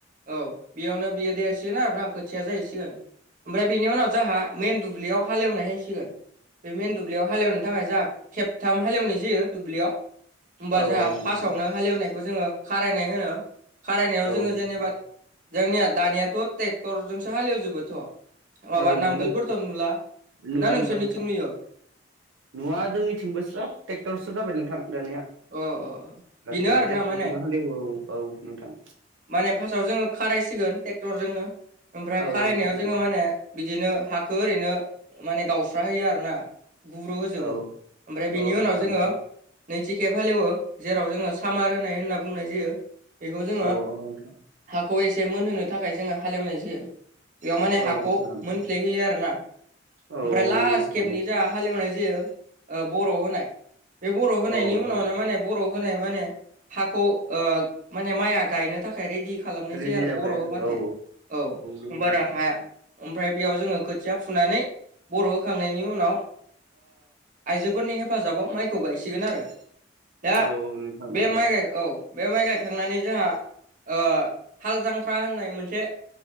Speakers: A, on the right; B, on the right.
A: औ बेयावनो बियो देरसिगोन आरोना खोथिया जाहैसिगोन ओमफ्राय बेनि उनाव जोंहा मेन दुब्लियाव हालेवनाय हायसिगोन बे मेन दुब्लियाव हालेवनो थाखाय जोंहा खेबथाम हालेवनाय जायो दुब्लियाव होमबा
B: औ
A: जोंहा
B: औ नोंथां
A: फार्स्टावनो हालेवनायखौ जोंङो खारायनाय होनो खारायनायाव
B: औ
A: जोंङो
B: नोंथां
A: जेनेबा जोंनिया दानियाथ' ट्रेक्टरजोंसो हालेवजोबोथ' बाबा
B: औ
A: नांगोलफोरथ
B: नंगौ
A: नुला
B: नुला
A: ना नोंसोरनिथिं
B: नुला नोंथां
A: नुयो
B: नुवा जोंनिथिंबो स्राब ट्रेक्टरसो जाबाय नोंथां दानिया
A: अ अ
B: गासैबो
A: बेनो आरोना
B: ट्रेक्टरजोंनो
A: माने
B: हालेवो औ नोंथां
A: माने फार्स्टआव जोंङो खारायसिगोन ट्रेक्टरजोंनो ओमफ्राय
B: औ
A: खारायनायाव
B: नोंथां
A: जोंङो माने बिदिनो हाखौ ओरैनो माने गावस्रााहोयो आरोना गुब्रु होजोबो
B: औ
A: ओमफ्राय बेनि
B: औ
A: उनाव
B: नोंथां
A: जोंङो
B: औ
A: नैथि केेब हालेवो जेराव जोंङो सामार होनाय होनना बुंनाय जायो। बेखौ जोंङो
B: औ औ नोंथां
A: हाखौ एसे मोनहोनो थाखाय जोंङो हालेवनाय जायो। बेयाव माने हाखौ
B: औ नोंथां
A: मोनफ्लेहोयो
B: नोंथां
A: आरो ना
B: औ
A: ओमफ्राय
B: औ
A: लास्ट
B: नंगौ नोंथां
A: खेबनि
B: औ
A: जा हालेवनाय जायो। बर' होनाय बे बर' होनायनि
B: औ
A: उनाव
B: औ
A: बर' होनाय माने हाखौ माने माइया गायनो थाखाय रेदि खालामनाय जायो
B: रेडि
A: आरो
B: जाबाय
A: बर'
B: आरो
A: होबाथाय
B: औ
A: औ
B: नंगौ
A: होमबाना
B: नोंथां
A: हाया ओमफ्राय बेयाव जोंङो खोथिया फुनानै बर' होखांनायनि उनाव आइजोफोरनि हेफाजाबाव माइखौ गायसिगोन आरो दा
B: औ औ नोंथां नंगौ
A: बे माइ गाय औ बे माइ गायखांनानै जोंहा हाल जांख्रा होननाय मोनसे